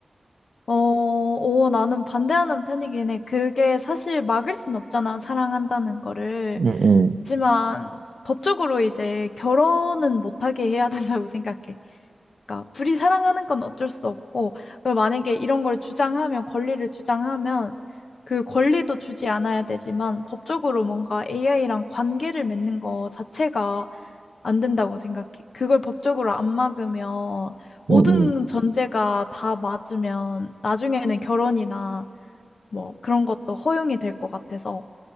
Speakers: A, on the left; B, on the right.
A: 어, 오, 나는 반대하는 편이긴 해. 그게 사실 막을 순 없잖아, 사랑한다는 거를.
B: 음, 음,
A: 하지만 법적으로 이제 결혼은 못하게 해야 된다고 <laughs> 생각해. 그러니까 둘이 사랑하는 건 어쩔 수 없고, 그리고 만약에 이런 걸 주장하면, 권리를 주장하면 그 권리도 주지 않아야 되지만 법적으로 뭔가 AI랑 관계를 맺는 거 자체가 안 된다고 생각해. 그걸 법적으로 안 막으면 모든
B: 음,
A: 전제가 다 맞으면 나중에는 결혼이나 뭐 그런 것도 허용이 될 것 같아서